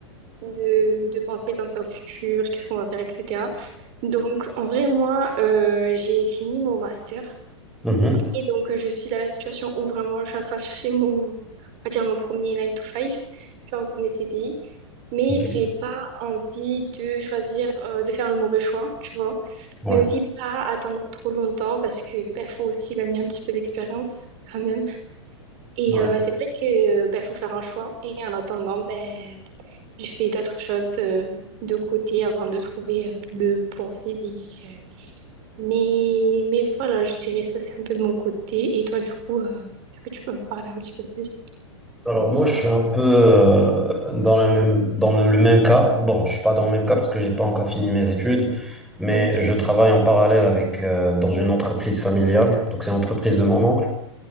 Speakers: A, on the right (about 45°); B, in the centre.
A: de, de penser comme ça au futur, qu'est-ce qu'on va faire, etc. Donc, en vrai, moi, euh, j'ai fini mon master.
B: Mhm.
A: Et donc, euh, je suis dans la situation où vraiment je suis en train de chercher mon, on va dire mon premier nine to five tu vois, mon premier CDI. Mais
B: Ok.
A: j'ai pas envie de choisir, euh, de faire le mauvais choix, tu vois.
B: Ouais.
A: Mais aussi pas attendre trop longtemps parce que ben, faut aussi gagner un petit peu d'expérience quand même. Et
B: Ouais.
A: euh, c'est vrai que ben, faut faire un choix. Et en attendant, ben, je fais d'autres choses euh, de côté avant de trouver euh, le bon CDI. Mais, mais voilà, je dirais ça, c'est un peu de mon côté. Et toi, du coup, euh, est-ce que tu peux me parler un petit peu plus?
B: Alors, moi, je suis un peu euh, dans la même, dans le, le même cas. Bon, je suis pas dans le même cas parce que j'ai pas encore fini mes études. Mais
A: Ok.
B: je travaille en parallèle avec euh, dans une entreprise familiale. Donc, c'est l'entreprise de mon oncle.